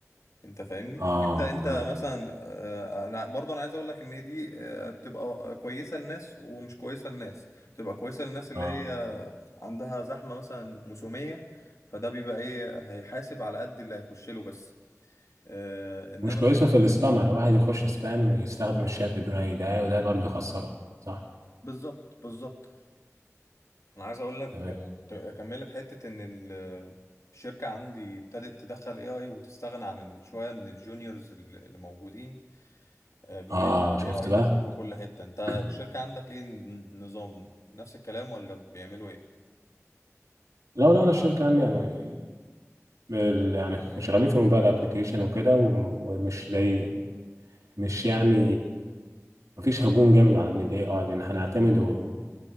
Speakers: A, on the left (about 70°); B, on the right (about 80°).
A: انت فاهمني
B: اه
A: انت انت
B: تمام
A: مثلا آه، انا برضه انا عايز اقول لك ان دي آه، بتبقى كويسه لناس ومش كويسه لناس بتبقى كويسه للناس اللي
B: اه
A: هي عندها زحمه مثلا موسميه فده بيبقى ايه هيحاسب على قد اللي هيخش له بس آه، انما
B: مش كويسه
A: في
B: في السبامر واحد يخش سبام يستخدم الشات بدون اي داعي وده برضه يخسرك صح
A: بالظبط بالظبط انا عايز اقول لك
B: تمام
A: آه، كنت اكمل لك حته ان ال- الشركه عندي ابتدت تدخل اي اي وتستغنى عن شويه من الجونيورز اللي اللي موجودين آه، بما
B: اه
A: ان
B: شفت
A: الاي اي
B: بقى
A: دخل
B: <clears throat>
A: في كل حتة انت الشركة عندك ايه النظام نفس الكلام ولا بيعملوا ايه
B: لا لا انا الشركه عندي يعني بال- يعني شغالين في الموبايل ابلكيشن وكده و- ومش ضايق مش يعني مفيش هجوم جامد على من الاي اي لان هنعتمد و...